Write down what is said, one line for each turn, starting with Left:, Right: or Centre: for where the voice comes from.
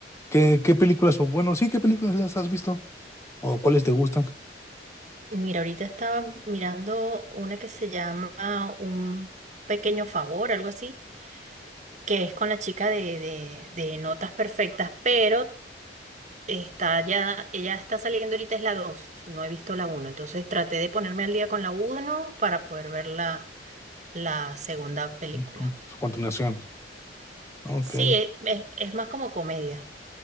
Left: ¿Qué, qué películas son? Bueno, sí, ¿qué películas las has visto? ¿O cuáles te gustan?
Right: Mira, ahorita estaba mirando una que se llama Un pequeño favor, algo así, que es con la chica de, de, de Notas Perfectas, pero Está ya, ella está saliendo ahorita es la 2. no he visto la uno, entonces traté de ponerme al día con la uno para poder ver la, la segunda película.
Left: Con Su continuación. Ok,
Right: Sí, e- es, es más como comedia,